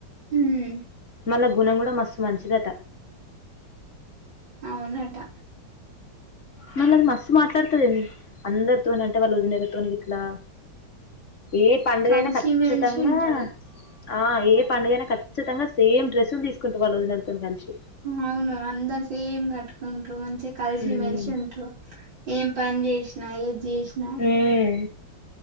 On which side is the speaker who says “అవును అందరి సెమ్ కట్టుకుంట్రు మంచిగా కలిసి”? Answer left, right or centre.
Right